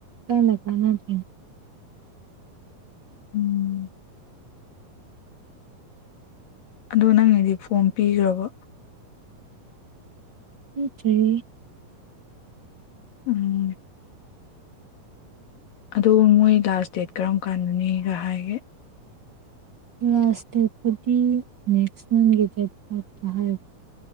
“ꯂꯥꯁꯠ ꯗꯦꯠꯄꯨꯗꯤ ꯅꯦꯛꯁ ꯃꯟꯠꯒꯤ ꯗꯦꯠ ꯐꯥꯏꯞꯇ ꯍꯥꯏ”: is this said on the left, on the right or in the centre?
Right